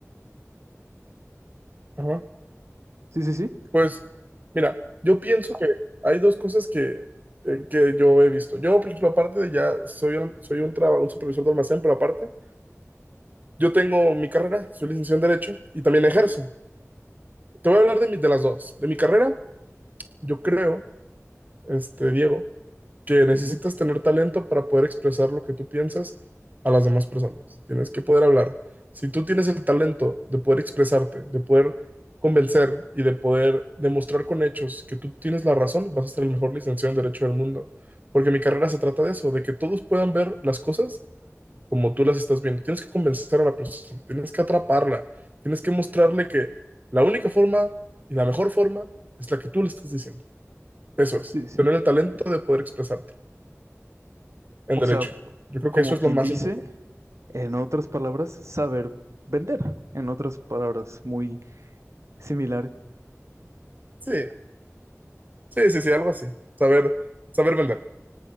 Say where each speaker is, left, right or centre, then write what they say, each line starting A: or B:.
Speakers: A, on the right; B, on the right.
A: ajá.
B: Sí, sí, sí,
A: Pues, mira, yo pienso que hay dos cosas que, eh, que yo he visto. Yo, por ejemplo, aparte de ya, soy un, soy un, traba- un supervisor de almacén, pero aparte, yo tengo mi carrera, soy licenciado en Derecho y también ejerzo. Te voy a hablar de, mi- de las dos. De mi carrera, yo creo, este, Diego. que necesitas
B: Sí, sí.
A: tener talento para poder expresar lo que tú piensas a las demás personas. Tienes que poder hablar. Si tú tienes el talento de poder expresarte, de poder convencer y de poder demostrar con hechos que tú tienes la razón, vas a ser el mejor licenciado en Derecho del mundo. Porque mi carrera se trata de eso, de que todos puedan ver las cosas como tú las estás viendo. Tienes que convencer a la persona, tienes que atraparla, tienes que mostrarle que la única forma y la mejor forma es la que tú le estás diciendo. Eso es,
B: sí, sí.
A: tener el talento de poder expresarte en
B: O
A: derecho.
B: sea,
A: Yo creo
B: como
A: que eso es
B: quien
A: lo más
B: dice,
A: importante.
B: en otras palabras, saber vender. En otras palabras, muy similar.
A: Sí, sí, sí, sí, algo así. Saber, saber vender.